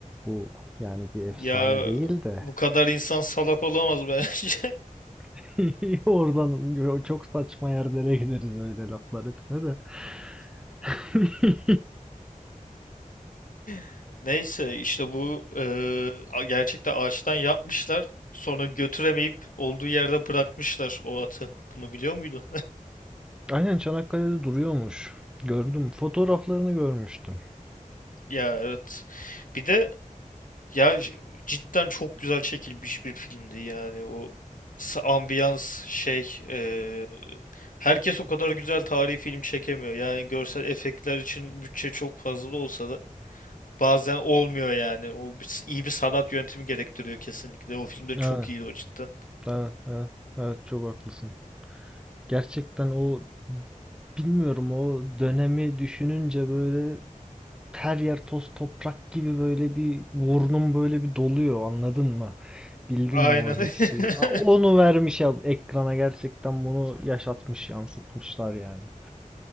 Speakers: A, in the centre; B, on the left.
A: Bu yani bir efsane
B: Ya
A: değil de.
B: bu kadar insan salak olamaz bence.
A: <laughs> Oradan çok saçma yerlere gideriz öyle laflar etme de. <laughs>
B: <laughs> Neyse işte bu eee, a- gerçekten ağaçtan yapmışlar. Sonra götüremeyip olduğu yerde bırakmışlar o atı. Bunu biliyor muydun?
A: Aynen Çanakkale'de duruyormuş. Gördüm. Fotoğraflarını görmüştüm.
B: <laughs> Ya evet. Bir de Ya j- cidden çok güzel çekilmiş bir filmdi yani o s- ambiyans şey eee, herkes o kadar güzel tarihi film çekemiyor yani görsel efektler için bütçe çok fazla da olsa da bazen olmuyor yani o bir s- iyi bir sanat yönetimi gerektiriyor kesinlikle o filmde
A: <laughs>
B: çok
A: Evet,
B: iyiydi o cidden.
A: evet, evet, evet çok haklısın. Gerçekten o Bilmiyorum o dönemi düşününce böyle her yer toz toprak gibi böyle bir burnum böyle bir doluyor anladın mı? Bildin
B: Aynen.
A: mi o hissi?
B: <laughs>
A: A- Onu vermiş ya ekrana gerçekten bunu yaşatmış yansıtmışlar yani.